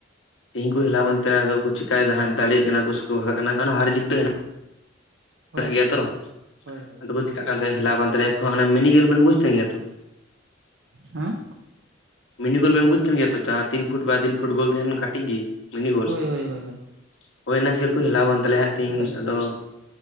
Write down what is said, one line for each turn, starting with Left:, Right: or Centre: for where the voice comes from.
Left: ᱛᱤᱦᱤᱧ ᱠᱩ ᱦᱮᱞᱟᱣ ᱠᱟᱱ ᱛᱟᱦᱮᱸᱱᱟ, ᱟᱫᱚ ᱠᱚ ᱪᱮᱠᱟᱭ ᱮᱫᱟ ᱦᱟᱸᱜ ᱫᱟᱲᱮᱜ ᱠᱟᱱᱟ ᱠᱚ ᱥᱮᱠᱚ ᱵᱷᱟᱜᱟᱜ ᱠᱟᱱᱟ ᱦᱟᱨ ᱡᱤᱛ ᱫᱚ
Right: ᱦᱳᱭ
Left: ᱢᱮᱱᱟᱜ
Right: ᱦᱳᱭ
Left: ᱜᱮᱭᱟ ᱛᱚ <inaudible>
Right: ᱦᱳᱭ ᱦᱳᱭ
Left: ᱟᱫᱚ ᱠᱚ ᱪᱤᱠᱟᱜ ᱠᱟᱱ <unintelligible> ᱦᱮᱞᱟᱣ ᱠᱟᱱ ᱛᱟᱞᱮᱭᱟ ᱠᱚ ᱦᱟᱸᱜ ᱚᱱᱟ ᱢᱮᱱᱟ ᱠᱷᱮᱞ ᱵᱮᱱ ᱵᱩᱡ ᱛᱟᱦᱮᱱ ᱜᱮᱭᱟ ᱛᱚ?
Right: ᱦᱮᱸ
Left: ᱢᱤᱱᱤ ᱜᱳᱞ ᱵᱮᱱ ᱵᱩᱡᱽ ᱛᱟᱦᱮᱱ ᱜᱮᱭᱟ ᱛᱚ ᱡᱟᱦᱟᱸ ᱛᱤᱱ ᱯᱷᱩᱴ ᱵᱟᱭ ᱛᱤᱱ ᱯᱷᱩᱴ ᱜᱳᱞ ᱛᱟᱦᱮᱱᱟ ᱠᱟᱹᱴᱤᱡ ᱜᱮ ᱾ ᱢᱤᱱᱤ ᱜᱳᱞ
Right: ᱦᱳᱭ ᱦᱳᱭ ᱦᱳᱭ ᱦᱳᱭ
Left: <inaudible> ᱦᱳᱭ ᱚᱱᱟ ᱠᱷᱮᱞ ᱠᱚ ᱦᱮᱞᱟᱣ ᱟᱠᱟᱱ ᱛᱟᱞᱮᱭᱟ ᱦᱟᱸᱜ ᱛᱤᱦᱤᱧ ᱱᱤᱛᱚᱜ
Right: ᱟᱪᱪᱷᱟ
Left: ᱫᱚ ᱾